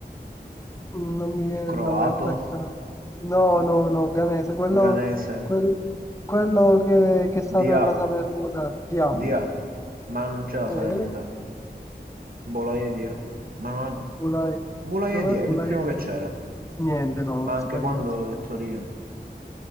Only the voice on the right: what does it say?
Croato,
Ganese,
Dia,
Dia. Ma non c'è la
Salernitana. Bolaiedea. Ma non
Bolaiedea,
il primo che c'era,
ma
anche
quando è Torino.